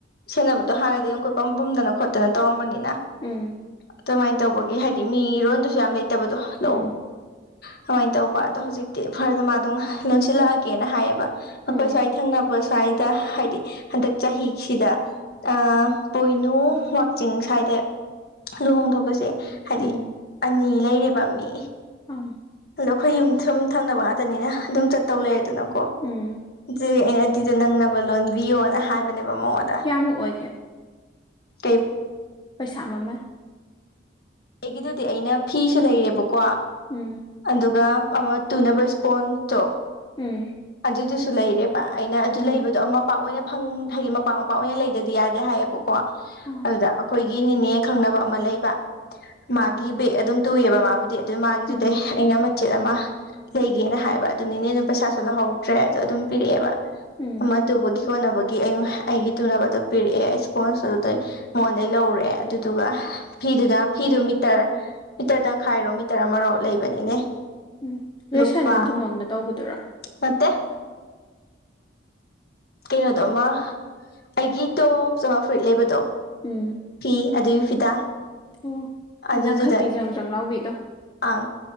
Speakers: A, on the left; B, on the left.
A: ꯁꯦꯟꯅꯕꯗꯣ ꯍꯥꯟꯅꯗꯤ ꯑꯗꯨ ꯀꯣꯏꯄꯝ ꯄꯨꯝꯗꯅ ꯈꯣꯠꯇꯅ ꯇꯧꯔꯝꯕꯅꯤꯅ
B: ꯎꯝ
A: ꯑꯗꯨꯃꯥꯏꯅ ꯇꯧꯕꯒꯤ ꯍꯥꯏꯗꯤ ꯃꯤꯔꯣꯟꯗꯁꯨ ꯌꯥꯝ ꯂꯩꯇꯕꯗꯣꯅꯗꯣ
B: ꯎꯝ
A: ꯑꯗꯨꯃꯥꯏꯅ ꯇꯧꯕ ꯑꯗꯣ ꯍꯧꯖꯤꯛ ꯇꯤ ꯐꯔꯗ ꯃꯥꯗꯣ ꯂꯣꯟꯁꯤꯜꯂꯛꯑꯒꯦꯅ ꯍꯥꯏꯌꯦꯕ ꯑꯩꯈꯣꯏ
B: ꯎꯝ
A: ꯁ꯭ꯋꯥꯏ ꯊꯦꯡꯅꯕ ꯁ꯭ꯋꯥꯏ ꯗ ꯍꯥꯏꯗꯤ ꯍꯟꯗꯛ ꯆꯍꯤꯁꯤꯗ ꯑ ꯄꯣꯏꯅꯨ ꯋꯥꯛꯆꯤꯡ ꯁ꯭ꯋꯥꯏꯗ ꯂꯨꯍꯣꯡꯗꯧꯕꯁꯦ ꯍꯥꯏꯗꯤ
B: ꯎꯝ
A: ꯑꯅꯤ ꯂꯩꯔꯦꯕ ꯃꯤ
B: ꯑꯪ
A: ꯑꯗꯣ ꯑꯩꯈꯣꯏ ꯌꯨꯝ ꯁꯨꯝ ꯊꯪꯅꯕ ꯉꯥꯛꯇꯅꯤꯅ ꯑꯗꯨꯝ ꯆꯠꯇꯧ ꯂꯩꯔꯦꯗꯅꯀꯣ
B: ꯎꯝ
A: ꯑꯗꯨꯗꯤ ꯑꯩꯅ ꯗꯤꯗ ꯅꯪꯅꯕ ꯂꯣꯟꯕꯤꯌꯣꯅ ꯍꯥꯏꯕꯅꯦꯕ ꯃꯉꯣꯟꯗ
B: ꯀꯌꯥꯃꯨꯛ ꯑꯣꯏꯒꯦ
A: ꯀꯩ
B: ꯄꯩꯁꯥ ꯃꯃꯜ
A: ꯑꯩꯒꯤꯗꯨꯗꯤ ꯑꯩꯅ ꯐꯤꯁꯨ ꯂꯩꯔꯦꯕꯀꯣ
B: ꯎꯝ
A: ꯑꯗꯨꯒ ꯑꯃ ꯇꯨꯅꯕ ꯏꯁꯄꯣꯟ ꯇꯣ
B: ꯎꯝ
A: ꯑꯗꯨꯏꯗꯨꯁꯨ ꯂꯩꯔꯦꯕ ꯑꯩꯅ ꯑꯗꯨ
B: ꯎꯝ
A: ꯂꯩꯕꯗꯣ ꯃꯄꯥꯛ ꯑꯣꯏꯅ ꯐꯪ ꯍꯥꯏꯗꯤ ꯃꯄꯥꯛ ꯃꯄꯥꯛ ꯑꯣꯏꯅ ꯂꯩꯗꯗꯤ ꯌꯥꯗꯦ ꯍꯥꯏꯌꯦꯕꯀꯣ
B: ꯑꯥ
A: ꯑꯗꯨꯗ ꯑꯈꯣꯏꯒꯤ ꯅꯤꯅꯦ ꯈꯪꯅꯕ ꯑꯃ ꯂꯩꯕ ꯃꯥꯒꯤ ꯕꯦꯒ ꯑꯗꯨꯝ ꯇꯨꯏꯑꯕ ꯃꯥꯕꯨꯗꯤ ꯑꯗꯨ ꯃꯥꯒꯤꯗꯨꯗꯩ
B: ꯎꯝ
A: ꯑꯩꯅ ꯑꯃ ꯆꯦꯠ ꯑꯃ ꯂꯩꯒꯦꯅ ꯍꯥꯏꯕ ꯑꯗꯨꯅꯤꯅꯦ ꯑꯗꯨꯝ ꯄꯩꯁꯥꯁꯨ ꯂꯧꯍꯧꯗ꯭ꯔꯦ ꯑꯗꯣ ꯑꯗꯨꯝ ꯄꯤꯔꯛꯑꯦꯕ
B: ꯎꯝ
A: ꯑꯃ ꯇꯨꯕꯒꯤ ꯇꯧꯅꯕꯒꯤ ꯑꯩ ꯑꯩꯒꯤ ꯇꯨꯅꯕꯗꯣ ꯄꯤꯔꯛꯑꯦ ꯑꯩ ꯏꯁꯄꯣꯟꯁ ꯑꯗꯨꯗꯩ ꯃꯉꯣꯟꯗꯩ ꯂꯧꯔꯦ ꯑꯗꯨꯗꯨꯒ ꯐꯤꯗꯨꯗ ꯐꯤꯗꯨ ꯃꯤꯇꯔ ꯃꯤꯇꯔ ꯇꯪꯈꯥꯏꯔꯣ ꯃꯤꯇꯔ ꯑꯃꯔꯣ ꯂꯩꯕꯅꯤꯅꯦ
B: ꯎꯝ
A: ꯂꯨꯄꯥ
B: ꯔꯦꯁꯟꯒꯤ ꯃꯑꯣꯡꯗ ꯇꯧꯕꯗꯨꯔꯣ
A: ꯅꯠꯇꯦ ꯀꯩꯅꯣꯗꯣ ꯑꯃ ꯑꯩꯒꯤ ꯇꯣꯞꯁ ꯑꯃ ꯐꯨꯔꯤꯠ ꯂꯩꯕꯗꯣ
B: ꯎꯝ
A: ꯐꯤ ꯑꯗꯨꯏ ꯐꯤꯗꯥ
B: ꯑꯣ
A: ꯑꯗꯨꯗꯨꯗ
B: ꯂꯪꯈꯠꯄꯤ ꯖꯪ ꯖꯪ ꯂꯥꯎꯕꯤꯗꯣ
A: ꯑꯥ